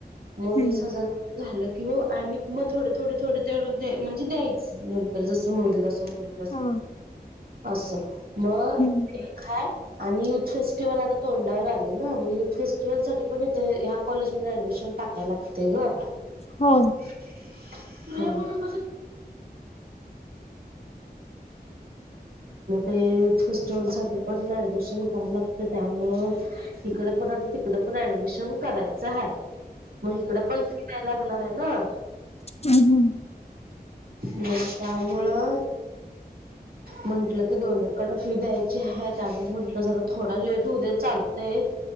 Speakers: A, on the right; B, on the left.
A: मग
B: हम्म
A: वीस हजार झालं की हो आणि मग थोडं, थोडं, थोडं तेवढ म्हणजे द्यायचं. नंतर जसं होईल तसं होईल.
B: हो
A: असं मग
B: हम्म
A: ते एक हाय. आणि यूथ फेस्टिव्हल आता तोंडावर आलाय. मग युथ फेस्टिवल साठी पण इथे ह्या कॉलेज मध्ये ऍडमिशन टाकायला लागते ग.
B: हो.
A: <inaudible> मग युथ फेस्टिवल साठी पण ॲड डमिशन करायला लागतय त्यामुळं हिकड पण तिकड पण ऍडमिशन करायचं आहे. मग इकडे पण सुट्ट्या लागणार आहे ना.
B: हम हम.
A: मग त्यामुळं म्हंटलं की दोन्ही कड फी द्यायची आहे त्यामुळ मग जरा थोडा लेट होऊदे चालतय